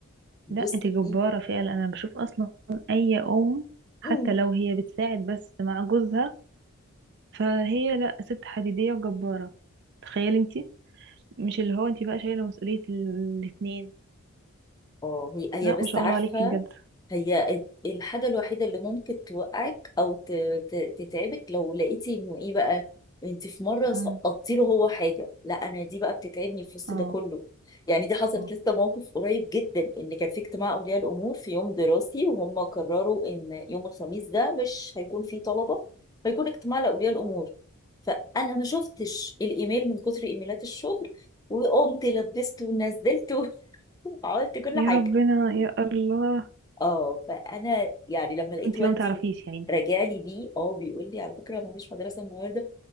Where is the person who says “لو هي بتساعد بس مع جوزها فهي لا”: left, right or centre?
Right